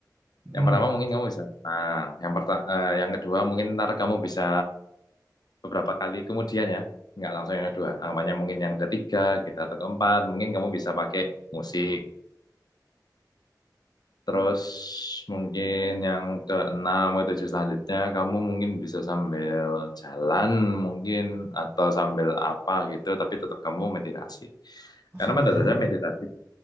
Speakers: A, on the right; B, on the left.
A: Hmm.
B: Yang pertama mungkin kamu bisa tenang. Yang perta- eh, yang kedua mungkin ntar kamu bisa beberapa kali kemudian ya. Nggak langsung yang kedua. Anggapannya mungkin yang ketiga, kita atau keempat, mungkin kamu bisa pakai musik Terus mungkin yang keenam ke tujuh selanjutnya kamu mungkin bisa sambil jalan mungkin atau sambil apa gitu tapi tetap kamu meditasi.
A: Oh
B: Karena
A: sambil
B: pada
A: jalan,
B: dasarnya meditasi,